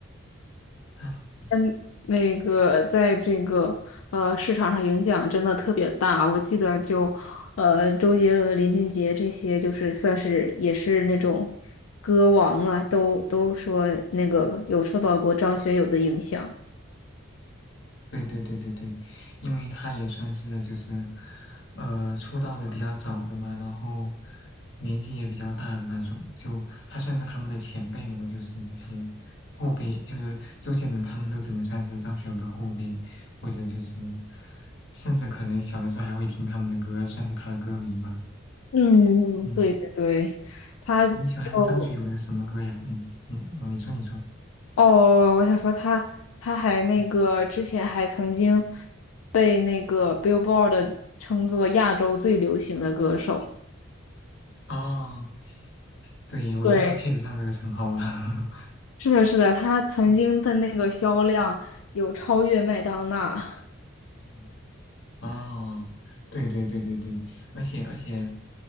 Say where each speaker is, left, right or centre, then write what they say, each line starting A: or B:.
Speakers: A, on the left (about 60°); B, on the left (about 80°).
A: 唉。
B: 嗯，那个在这个呃市场上影响真的特别大，我记得就呃周杰伦、林俊杰这些，就是算是也是那种歌王啊，都都说那个有受到过张学友的影响。
A: 对对对对对，因为他也算是就是，呃，出道的比较早的嘛，然后年纪也比较大的那种，就他算是他们的前辈了，就是这些后辈，就是周杰伦他们都只能算是张学友的后辈，或者就是，甚至可能小的时候还会听他们的歌，算是他的歌迷吧。
B: 嗯，
A: 嗯，
B: 对对对，他就
A: 你喜欢张学友的什么歌呀？嗯，你哦，你说你说，
B: 哦，我想说他他还那个之前还曾经
A: 嗯，
B: 被那个 Billboard 称作亚洲最流行的歌手。
A: 哦，对，我觉得他配得上这个称号啊。
B: 对，是的，是的，他曾经的那个销量有超越麦当娜。
A: <laughs> 嗯嗯嗯哦，对对对对对，而且而且，